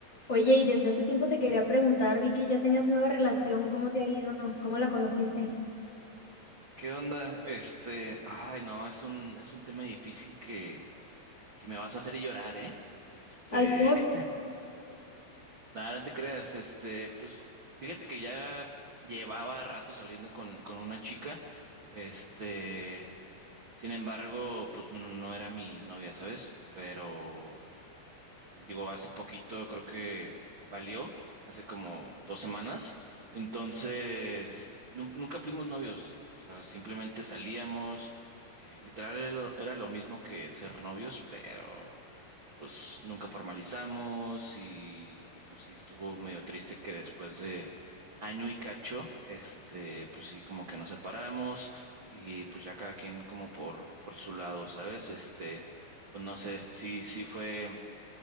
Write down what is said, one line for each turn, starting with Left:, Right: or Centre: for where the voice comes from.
Left: Oye, y desde hace tiempo te quería preguntar, vi que ya tenías nueva relación, ¿cómo te ha ido? ¿Cómo la conociste?
Right: ¿Qué onda? Este, ay, no, es un, es un tema difícil que, que me vas a hacer llorar, ¿eh? Este,
Left: Ay, ¿cómo,
Right: <laughs> nada, no te creas, este, pues, fíjate que ya llevaba rato saliendo con, con una chica, este, sin embargo, pues no, no era mi novia, ¿sabes? Pero digo, hace poquito creo que valió, hace como dos semanas. Entonces, nun- nunca fuimos novios, o sea, simplemente salíamos, eh, literal era lo, era lo mismo que ser novios, pero pues nunca formalizamos y, y pues sí estuvo medio triste que después de año y cacho, este, pues sí, como que nos separamos y pues ya cada quien como por, por su lado, ¿sabes? Este, pues no sé, sí, sí fue